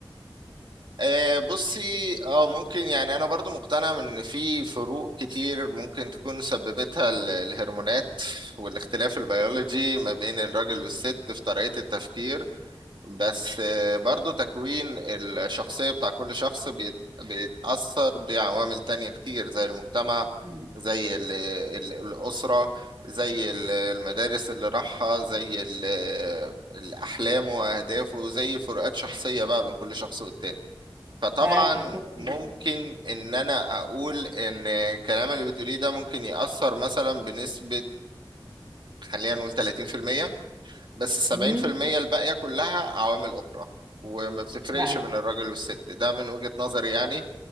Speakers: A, on the right (about 60°); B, on the right (about 35°).
A: آه، بصي اه ممكن يعني انا برضو مقتنع ان في فروق كتير ممكن تكون سببتها ال- الهرمونات والاختلاف البيولوجي ما بين الراجل والست في طريقة التفكير بس آه، برضو تكوين الشخصية بتاع كل شخص بيت- بيتأثر بعوامل تانية كتير زي المجتمع
B: مم.
A: زي ال- ال- الأسرة زي ال- المدارس اللي راحها زي ال- أحلامه وأهدافه زي فروقات شخصية بقى بين كل شخص والتاني فطبعا
B: معاك متفق
A: ممكن
B: جدا
A: ان انا اقول ان الكلام اللي بتقوليه ده ممكن يأثر مثلا بنسبة خلينا نقول 30% بس السبعين
B: مم.
A: في المية الباقية كلها عوامل أخرى وما بتفرقش
B: معاك
A: بين الراجل والست ده من وجهة نظري يعني